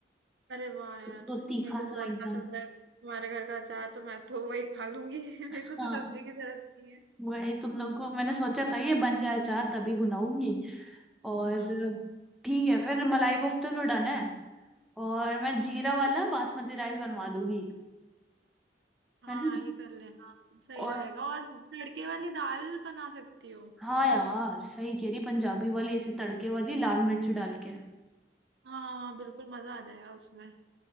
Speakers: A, on the right; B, in the centre.
A: अरे वाह यार
B: तो तीखा
A: मेरे को
B: सा
A: बहुत
B: एकदम
A: पसंद है तुम्हारे घर का अचार तो मैं तो वही खा लूंगी <laughs> मेरे
B: हाँ
A: को तो सब्जी की जरूरत नहीं है
B: वही तुम लोग को मैंने सोचा था ये बन जाए अचार तभी बनाऊंगी और
A: हाँ
B: ठीक है फिर मलाई कोफ्ता तो डन है और मैं जीरा वाला बासमती राइस बनवा दूंगी
A: हाँ
B: है ना
A: ये कर लेना सही
B: और
A: रहेगा और तड़के वाली दाल बना सकती हो
B: हाँ यार सही कह रही पंजाबी वाली ऐसे तड़के वाली लाल मिर्च डाल के
A: हाँ हाँ बिल्कुल मजा आ जाएगा उसमें